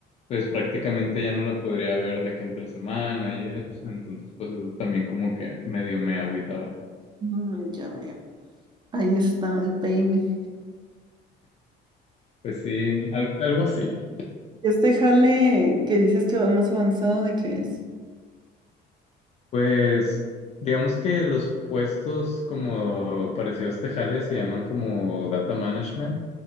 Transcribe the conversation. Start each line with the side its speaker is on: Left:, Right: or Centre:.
Left: pues prácticamente ya no la podría ver de que entre semana y eso, entonces pues eso también como que medio me agüitaba.
Right: Mm, ya veo. Ahí está el peine.
Left: Pues sí, al- algo así.
Right: Este jale que dices que va más avanzado, ¿de qué es?
Left: Pues digamos que los puestos como parecidos tejales se llaman como data management